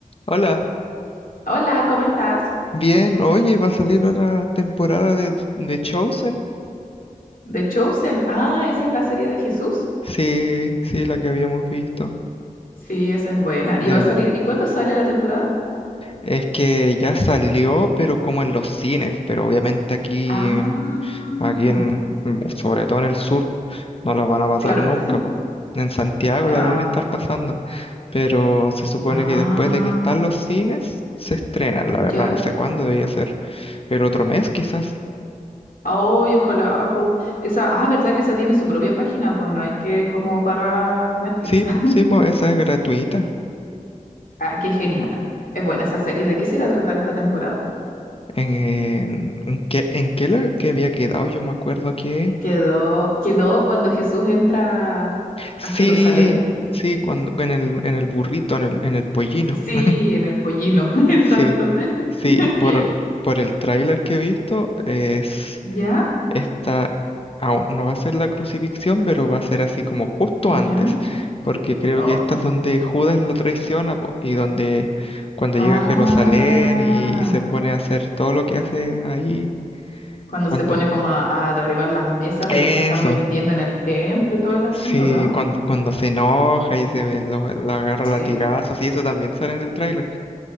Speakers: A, on the left (about 40°); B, on the left (about 75°).
A: Hola,
B: Hola, ¿cómo estás?
A: bien, oye, va a salir otra temporada de, de Chosen.
B: The Chosen. Ah, esa es la serie de Jesús.
A: Sí, sí, la que habíamos visto.
B: Sí, esa es buena.
A: Debería.
B: ¿Y va a salir? ¿Y cuándo sale la temporada?
A: Es que ya salió, pero como en los cines, pero obviamente aquí,
B: Ah,
A: en- aquí en, mm, sobre todo en el sur, no la van a pasar
B: claro.
A: nunca, po. En Santiago
B: Ah,
A: la deben estar pasando, pero se supone
B: ah,
A: que después de que están los cines, se estrena. La verdad,
B: ya.
A: no sé cuándo, debería ser el otro mes quizás.
B: Ay, ojalá, pues. Esa, ah, ¿verdad que esa tiene su propia página? Pues no hay que como pagar Netflix.
A: Sí,
B: <laughs>
A: pues, sí, pues, esa es gratuita.
B: Ah, qué genial. Es buena esa serie. ¿De qué será tratar esta temporada?
A: En, en, qué, en qué lo que había quedado, yo me acuerdo que...
B: Quedó, quedó cuando Jesús entra
A: Sí,
B: a Jerusalén.
A: sí, cuando, en el, en el burrito, en el, en el pollino.
B: Sí,
A: <laughs>
B: en el pollino, <laughs> exacto.
A: Sí, sí,
B: <laughs>
A: por, por el tráiler que he visto, es
B: ¿Ya?
A: esta, aún no va a ser la crucifixión, pero va a ser así como justo
B: ¿Ya?
A: antes, porque creo
B: Oh.
A: que esta es donde Judas lo traiciona po, y donde cuando
B: Ah,
A: llega a Jerusalén y, y se pone a hacer todo lo que hace ahí,
B: cuando
A: cuando...
B: se pone como a, a derribar las mesas
A: Eso.
B: de los que están vendiendo en el templo y todo el asunto,
A: Sí,
B: ¿no?
A: cuando, cuando se enoja y se lo, lo agarra
B: Sí,
A: a latigazos y eso también sale en el tráiler.